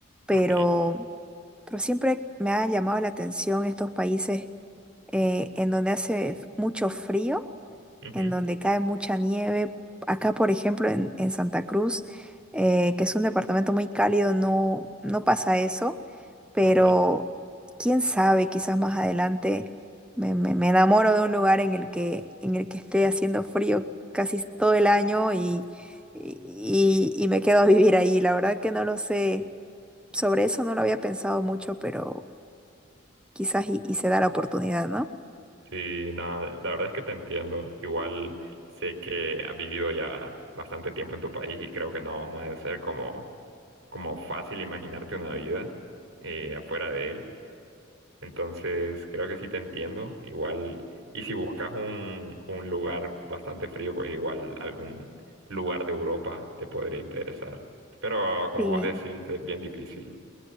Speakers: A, in the centre; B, on the right (about 80°).
A: pero,
B: Ok.
A: pero siempre me ha llamado la atención estos países eh, en donde hace mucho frío
B: ujú,
A: en donde cae mucha nieve. Acá, por ejemplo, en, en Santa Cruz, eh, que es un departamento muy cálido, no, no pasa eso, pero
B: ok.
A: quién sabe, quizás más adelante me, me- me enamoro de un lugar en el que, en el que esté haciendo frío casi todo el año y, y, y me quedo a vivir ahí. La verdad que no lo sé. Sobre eso no lo había pensado mucho, pero quizás y, y se da la oportunidad, ¿no?
B: Sí, no, la verdad es que te entiendo. Igual sé que has vivido ya bastante tiempo en tu país y creo que no, no debe ser como, como fácil imaginarte una vida eh, afuera de él. Entonces, creo que sí te entiendo. Igual, y si buscas un, un lugar bastante frío, pues igual algún lugar de Europa te podría interesar. Pero como
A: Sí.
B: vos decís, es bien difícil